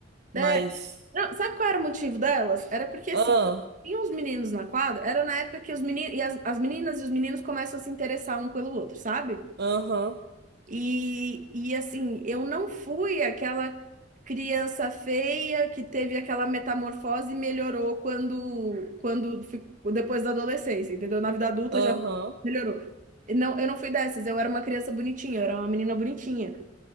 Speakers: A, on the right; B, on the right.
A: Mas.
B: é, não, sabe qual era o motivo delas? Era porque, assim,
A: Ah,
B: tinha uns meninos na quadra, era na época que os meninos, e as, as meninas e os meninos começam a se interessar um pelo outro, sabe?
A: aham,
B: E, e assim, eu não fui aquela criança feia que teve aquela metamorfose e melhorou quando, quando ficou- depois da adolescência, entendeu? Na vida adulta
A: aham,
B: já melhorou. E Não, eu não fui dessas, eu era uma criança bonitinha, eu era uma menina bonitinha.